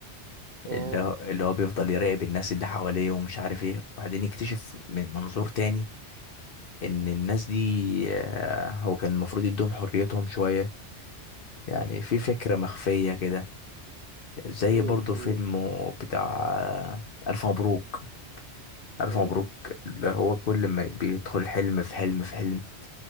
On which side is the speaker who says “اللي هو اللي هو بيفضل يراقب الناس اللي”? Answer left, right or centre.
Left